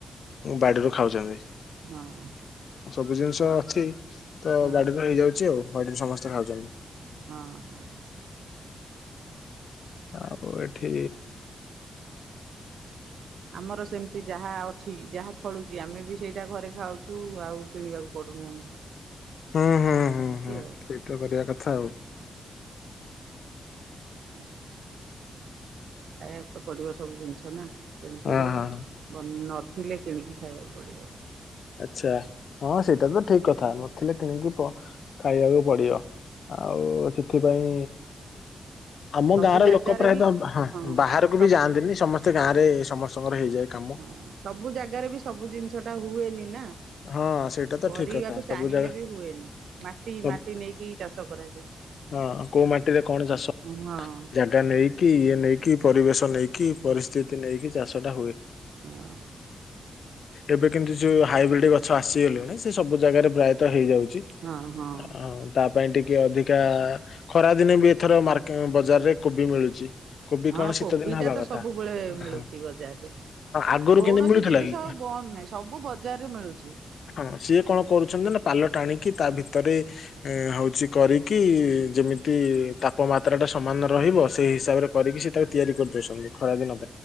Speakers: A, on the left; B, on the right.
A: ବାଡିରୁ ଖାଉଛନ୍ତି।
B: ହଁ।
A: <inaudible> ସବୁ ଜିନିଷ
B: ହଁ
A: ଅଛି ତ
B: ହଁ
A: ବାଡିରୁ ହେଇଯାଉଛି ଆଉ ଘରେ ସମସ୍ତେ ଖାଉଛନ୍ତି।
B: ହଁ ହଁ। <inaudible>
A: ଆଉ ଏଠି
B: ଆମର ସେମିତି ଯାହା ଅଛି। ଠ ଯାହା ଫଳୁଛି ଆମେ ବି ସେଇଟା ଘରେ ଖାଉଛୁ ଆଉ କିଣିବାକୁ ପଡୁନି ଆମକୁ।
A: ହୁଁ ହୁଁ ହୁଁ
B: ସେମିତି
A: ହୁଁ
B: ଆଉ।
A: ସେଇତ କରିବା କଥା ଆଉ। <inaudible>
B: <inaudible> ଏ ତ ପଡିବ ସବୁ ଜିନିଷ ନା କିଣିକି
A: ହଁ
B: ହଉ
A: ହଁ।
B: ବ। ଥିଲେ କିଣିକି ଖାଇବାକୁ ପଡିବ।
A: ଆଚ୍ଛା ହଁ ସେଇଟା ତ ଠିକ କଥା ନଥିଲେ କିଣିକି ଖାଇବାକୁ ପଡିବ। ଆଉ ସେଥିପାଇଁ ଆମ
B: ସବୁ
A: ଗାଁ ର
B: ଜାଗାରେ
A: ଲୋକ ପ୍ରାୟତଃ
B: ବି
A: ହ
B: ହଁ
A: ବାହାରକୁ
B: ସବୁ
A: ବି ଯାଆନ୍ତିନି ସମସ୍ତେ ତେ ଗାଁରେ ସମସ୍ତଙ୍କର ହେଇଯାଏ। କାମ
B: ହଁ ସବୁ ଜାଗାରେ ବି ସବୁ ଜିନିଷ ଟା ହୁଏନି ନା।
A: ହଁ ସେଇଟା ତ
B: କରିବାକୁ
A: ଠିକ କଥା ସବୁ
B: ଚାହିଁଲେ
A: ଜାଗା
B: ବି ହୁଏନି ମାଟି
A: ସବୁ
B: ମାଟି ନେଇକି ଚାଷ କରାଯାଏ।
A: ହଁ କୋଉ ମାଟିରେ କଣ ଚାଷ
B: ହଁ
A: ଜାଗା
B: ସବୁ
A: ନେଇକି
B: ହୁଏ
A: ଇଏ ନେଇକି ପରିବେଶ ନେଇକି ପରିସ୍ଥିତି ନେଇକି ଚାଷ ଟା ହୁଏ।
B: ହଁ।
A: ଏବେ କିନ୍ତୁ ଯୋଉ ହାଇବ୍ରିଡ ଗଛ ଆସିଗଲାଣି। ସେ ସବୁ ଜାଗାରେ ପ୍ରାୟତଃ ହେଇଯାଉଛି
B: ହଁ ହଁ।
A: ଆଉ। ପାଇଁ ଟିକେ ଅଧିକା ଖରା ଦିନେ ବି ଏଥର ମେ ବଜାରରେ କୋବି ମିଳୁଛି। କୋବି
B: ହଁ
A: କଣ
B: କୋବି
A: ଶୀତ ଦିନ ହବା
B: ଟା ତ
A: କଥା
B: ସବୁବେଳେ ମିଳୁଛି
A: ହଁ
B: ବଜାରରେ।
A: ଆଗରୁ
B: କୌଣସି
A: କେମିତି ମିଳୁଥିଲା
B: ଜିନିଷ
A: କି?
B: ଆଉ ବନ୍ଦ ନାହିଁ ସବୁ ବଜାରରେ ମିଳୁଛି।
A: ହଁ ସିଏ କଣ କରୁଛନ୍ତି ନା ପାଲ ଟାଣିକି ତା ଭିତରେ ଏ ହଉଛି କରିକି ଯେମିତି ତାପମାତ୍ରା ଟା ସମାନ ରହିବ ସେଇ ହିସାବରେ କରିକି ସେଟାକୁ ତିଆରି କରିଦଉଛନ୍ତି ଖରାଦିନ